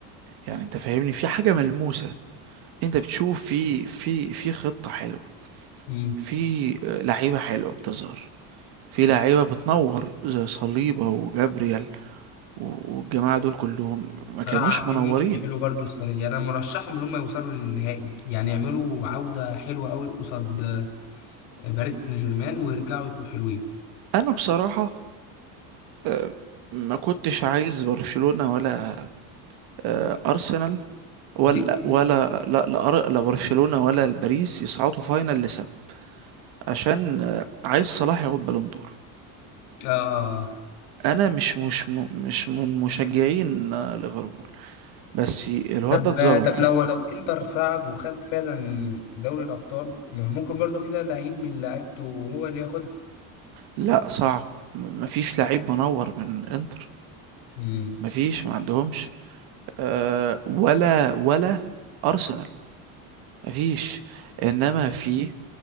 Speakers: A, on the right; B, on the left.
A: يعني انت فاهمني في حاجة ملموسة انت بتشوف في في في خطة حلوة
B: مم.
A: في آه، لعيبة حلوة بتظهر في لعيبة بتنور زي صليبة وجابريال و- والجماعة دول كلهم ما
B: صراحة
A: كانوش
B: عاملين
A: منورين
B: موسم حلو برضو السنة دي أنا مرشحهم إن هم يوصلوا للنهائي يعني يعملوا عودة حلوة أوي قصاد باريس سان جيرمان ويرجعوا يبقوا حلوين
A: انا بصراحة آه، ما كنتش عايز برشلونة ولا آه، أرسنال ولا
B: ليه كده
A: ولا
B: يعني؟
A: لا لا أر- لا برشلونة ولا الباريس يصعدوا فاينل لسبب عشان آه، عايز صلاح ياخد بالون دور
B: آه
A: انا مش مش م- مش من مشجعين آه، ليفربول بس الواد
B: طب
A: ده اتظلم
B: طب
A: قوي
B: لو لو انتر صعد وخد فعلا دوري الأبطال ما ممكن برضو كده لعيب من لعيبته هو اللي ياخدها
A: لا صعب م- مفيش لعيب منور من انتر
B: مم.
A: مفيش ما عندهمش آه، ولا ولا ارسنال مفيش انما في